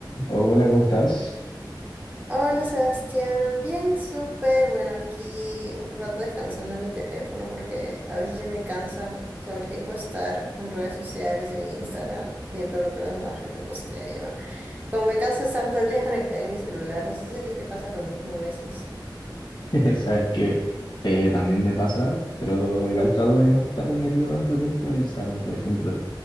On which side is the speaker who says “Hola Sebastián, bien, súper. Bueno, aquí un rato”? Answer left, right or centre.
Right